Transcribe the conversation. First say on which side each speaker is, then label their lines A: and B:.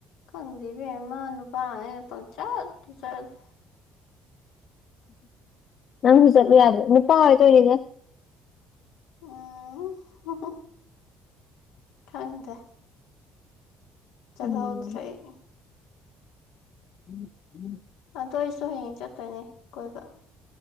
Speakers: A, on the left (about 80°); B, on the left (about 55°).
A: ꯈꯪꯗꯦ ꯏꯕꯦꯝꯃ ꯅꯨꯄꯥꯉꯩ ꯄꯪꯆꯠꯇ ꯆꯠꯂꯤ __
B: ꯅꯪꯁꯨ ꯆꯠꯂꯨ ꯌꯥꯗꯔꯣ ꯅꯨꯄꯥ ꯑꯣꯏ ꯇꯣꯏꯅꯤꯗ __
A: ꯑꯣ ꯈꯪꯗꯦ ꯆꯠꯍꯧꯗꯔ꯭ꯦ
B: ꯎꯝ
A: ꯑꯩ
B: <inaudible>
A: ꯑꯗꯣ ꯑꯩꯁꯨ ꯍꯌꯦꯡ ꯆꯠꯇꯣꯏꯅꯦ ꯀꯣꯏꯕ__